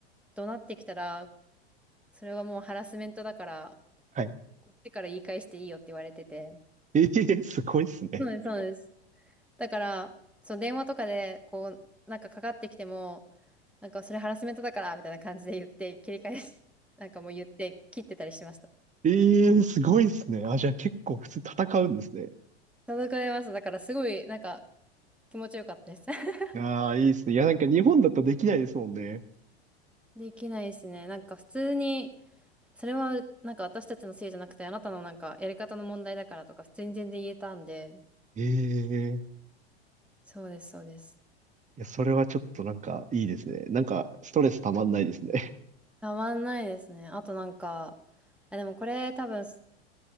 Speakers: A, in the centre; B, on the right (about 20°).
A: 怒鳴ってきたら、それはもうハラスメントだから、
B: はい。
A: こっちから言い返していいよって言われてて。
B: ええーすごいっすね。
A: そうです、そうです。だから、その電話とかで、こう、なんかかかってきても、なんかそれハラスメントだから、みたいな感じで言って、切り返し、<laughs> なんかもう言って切ってたりしました。
B: ええーすごいっすね。あ、じゃあ結構普通に戦うんですね。
A: 届かれました。だからすごい、なんか気持ちよかったです。<laughs>
B: いやー、いいっすね。いや、なんか日本だとできないですもんね。
A: できないですね。なんか普通に、それはなんか私たちのせいじゃなくて、あなたのなんかやり方の問題だからとか、普通に全然言えたんで、
B: ええー
A: そうです、そうです。
B: いや、それはちょっとなんかいいですね。なんか、ストレスたまんないですね。
A: たまんないですね。あとなんか、あ、でもこれ多分